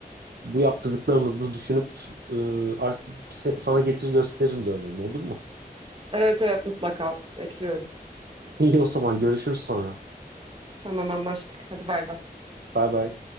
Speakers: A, on the right; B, on the right.
A: Bu yaptırdıklarımızı da düşünüp e, art- se- sana getir gösteririm dövmemi olur mu?
B: Evet evet mutlaka bekliyorum.
A: <laughs> İyi o zaman görüşürüz sonra.
B: Tamam anlaştık. Hadi bay bay.
A: Bay bay.